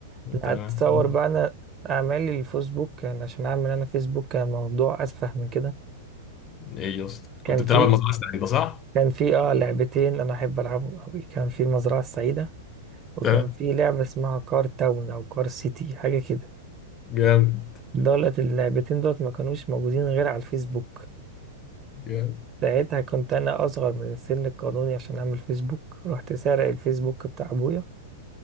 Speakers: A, on the right; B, on the left.
A: لا
B: تمام
A: تصور
B: طب،
A: بقى انا اعمالي الفيسبوك كان عشان اعمل انا فيسبوك كان موضوع اسفه من كده
B: ايه يا اسطى
A: كان
B: كنت بتلعب
A: في
B: المزرعه السعيده صح؟
A: كان في اه لعبتين انا احب العبهم قوي كان في المزرعة السعيدة وكان
B: تمام
A: في لعبة اسمها كار تاون أو كار سيتي حاجة كده
B: جامد
A: دولت اللعبتين دولت ما كانوش موجودين غير على الفيسبوك
B: جامد
A: ساعتها كنت أنا أصغر من السن القانوني عشان أعمل فيسبوك رحت سارق الفيسبوك بتاع أبويا